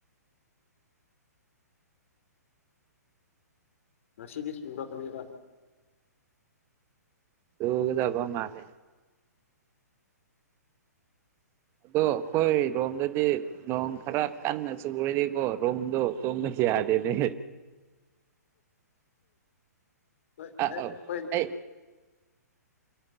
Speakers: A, on the left; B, on the right.
A: ꯉꯁꯤꯗꯤ ꯆꯨꯔꯛꯀꯅꯤꯕ
B: ꯇꯨꯒꯗꯕ ꯃꯥꯅꯦ ꯑꯗꯣ ꯑꯩꯈꯣꯏ ꯔꯣꯝꯗꯗꯤ ꯂꯣꯡ ꯈꯔ ꯀꯥꯟꯅ ꯆꯨꯒꯗꯤꯀꯣ ꯔꯣꯝꯗꯣ ꯇꯣꯡ ꯌꯥꯗꯦꯅꯦ
A: ꯍꯣꯏ
B: ꯑ
A: ꯑꯦ
B: ꯑꯧ
A: ꯍꯣꯏꯅꯤ
B: ꯑꯩ